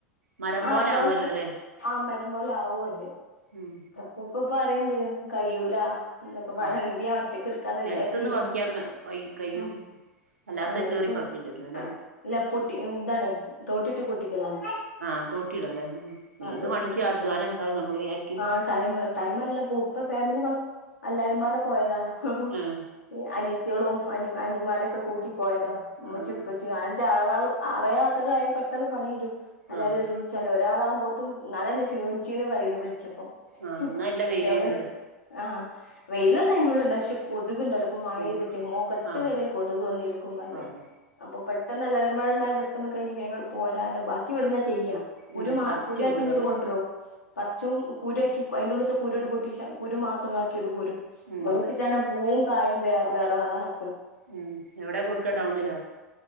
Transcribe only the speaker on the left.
ആ
അത്യാവശ്യം,
ആ മരം പോലെ ആവും അത്.
പപ്പ പ്പ പറിണ്ട് കയ്യൂലാ ഇതൊക്കെപ്പാടെ
ഇത് ഞാൻ ഒറ്റക്ക് ഇട്ക്കാന്ന്
വിചാരിച്ചയ്നി
ഇത്
ഉം
ആ
ഉം
ഇല്ല പൊട്ടി, ഇതാണ് തോട്ടിട്ട് പൊട്ടിക്കലാണ്
തോട്ടിട
ആ ടൈം, ടൈമല്ല പോ ഇപ്പ ഫാമിലി മൊ അല്ലാരുംപാടെ പോയതാ ഹ് ഹും
അനിയത്തിയളും അനിയന്മാരെ ഒക്കെ കൂട്ടി പോയതാ ഉമ്മച്ചിം
ഉപ്പച്ചി അൻ്റി ആ ആറേഴ്‌ ആൾക്കാരായ പെട്ടെന്ന് പണി തീരും, എല്ലാരും
ഒരുമിച്ചാല് ഒരാളാവുമ്പ ത്തും ന്നാലെന്നെ ക്ഷീണിച്ചീണ് പറീണ്ട് വിളിച്ചപ്പം.
ഹ്
വേഗം ആഹ വെയിലൊന്നും അയ്ന്റെ ഉള്ള് ല്ല. പക്ഷെ കൊതു- ക്ണ്ടല്ലോ പ്പം മഴ
പെയ്തിട്ടേ, മുഖത്ത്
വരെ കൊതുക് വന്നിരിക്കും പറഞ്ഞ്,
അപ്പൊ പ പെട്ടന്ന് എല്ലാരുംപാടെണ്ടായ പെട്ടെന്ന് കഴിഞ്ഞ് വേംങ്ങട്ട് പോരാലോ, ബാക്കി വിടന്നച്ച് ചെയ്യ കുരു
മാ
കുരു ആക്കി
ഇങ്ങോട്ട് കൊൻട്രും പ ഉം കുരുആക്കി അയിന്റെ ഉള്ള്ത്തെ കുരുട് പൊട്ടിച്ച കുരു മാത്രം ആക്കിട് പോരും
വടെത്തിട്ടാണ് പൂവും കായിം വേ വേറെ വേറെ ആക്ക